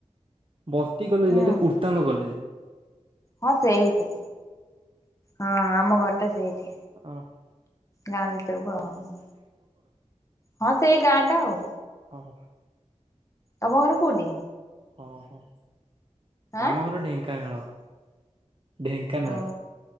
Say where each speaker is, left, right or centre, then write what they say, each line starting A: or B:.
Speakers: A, on the right; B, on the left.
A: ବର୍ତ୍ତି କଲେଜ
B: ହୁଁ
A: ନାଇଁ ତ କୁର୍ତ୍ତାଙ୍ଗ କଲେଜ ।
B: ହଁ ସେଇଠି, ହଁ ଆମ ଘରଟା ସେଇଠି ।
A: ଓ ।
B: ଗାଁ ଭିତରକୁ ଆଉ, ହଁ ସେଇ ଗାଁ ଟା ଆଉ।
A: ହଁ ହଁ।
B: ତମ ଘର କୋଉଠି
A: ଓ ହୋ
B: ଆଁ
A: ଆମ ଘର ଢେଙ୍କାନାଳ । ଢେଙ୍କାନାଳ
B: ଓ
A: ।